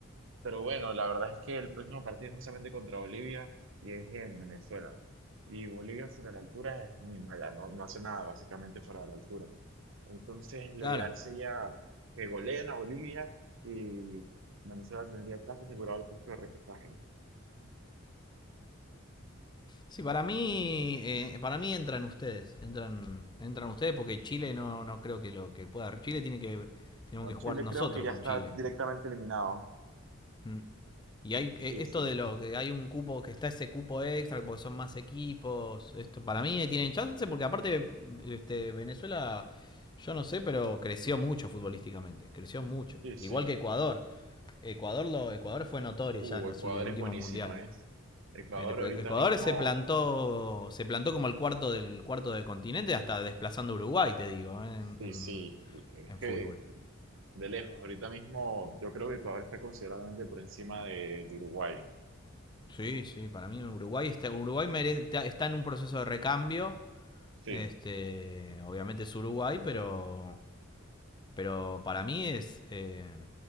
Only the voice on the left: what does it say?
claro.
Sí, para mí, eh, para mí entran ustedes, entran, entran ustedes porque Chile no, no creo que lo que pueda. Chile tiene que, tenemos
que
jugar nosotros
con
Chile.
Mm. Y hay eh,
esto
de lo que hay un cupo, que está ese cupo extra porque son más equipos. Esto para mí eh, tienen chance porque aparte este, Venezuela, yo no sé, pero creció mucho futbolísticamente, creció mucho.
Igual que Ecuador. Ecuador lo, Ecuador fue notorio
ya en, los,
en el último
mundial.
El Ecuador
se plantó se plantó como el cuarto del cuarto del continente hasta desplazando a Uruguay, te digo, eh,
en, en,
en
fútbol.
Sí, sí, para mí Uruguay está Uruguay merece- está en un proceso de recambio
Este, obviamente es Uruguay, pero, pero para mí es eh,